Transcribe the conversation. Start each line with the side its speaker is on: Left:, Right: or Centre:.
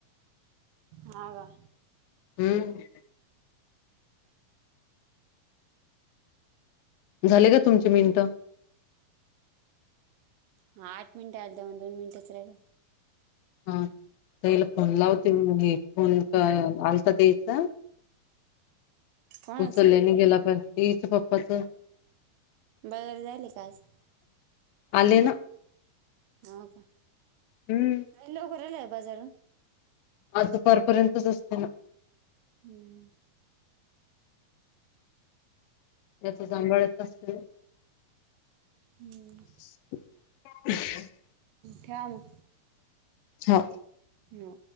Right: काका.
Left: हम्म. झाले का तुमचे मिनटं?
Right: हा आठ मिनट आलेल दोन मिनटच राहिल.
Left: पहिला फोन लावते हा त्यांच्या घरचा.
Right: कोणाचं
Left: उचलल्याने गेला पच पप्पाच.
Right: बघर झायले का आज.
Left: आले ना.
Right: हो का.
Left: हम्म.
Right: ए लोकराला आहे बाजारून.
Left: आज सकाळपर्यंतच असत ना.
Right: हम्म.
Left: याचा जांभाळत असत.
Right: हम्म.
Left: <inaudible>
Right: ठेवा मग.
Left: हा.
Right: ना.